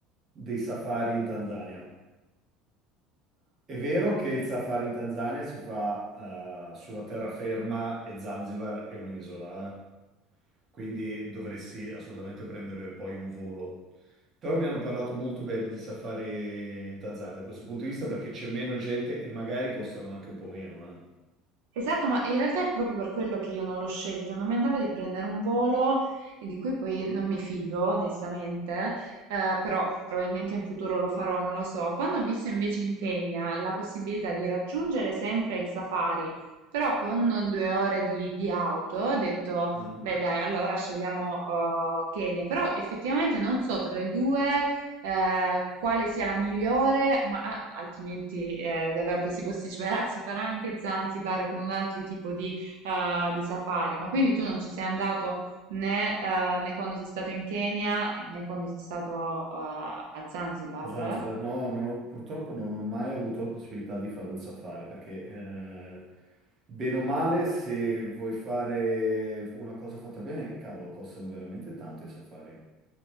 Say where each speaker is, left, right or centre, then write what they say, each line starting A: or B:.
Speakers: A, on the right; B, on the right.
A: dei safari in Tanzania. È vero che il safari in Tanzania si fa eh, sulla terraferma e Zanzibar è un'isola, eh. Quindi dovresti assolutamente prendere poi un volo. Però mi hanno parlato molto bene di safari in Tanzania da questo punto di vista perché c'è meno gente e magari costano anche un po' meno.
B: Esatto, ma in realtà è proprio per quello che io non l'ho scelta, non mi andava di prendere un volo e di cui poi non mi fido, onestamente, eh, però probabilmente in futuro lo farò, non lo so. Quando ho visto invece in Kenya la possibilità di raggiungere sempre il safari, però con due ore di, di auto, ho detto,
A: eh. Mm.
B: beh dai, allora scegliamo eh, Kenya, però effettivamente non so tra le due eh, quale sia la migliore, ma ah, altrimenti eh, davvero poi si posticiperà, si farà anche Zanzibar con un altro tipo di, eh, di safari. Ma quindi tu non ci sei andato né, eh, né quando sei stato in Kenya né quando sei stato eh, a Zanzibar?
A: A Zanzibar no, non ho- purtroppo non ho mai avuto la possibilità di fare un safari perché eh, bene o male se vuoi fare una cosa fatta bene, cavolo, costano veramente tanto i safari.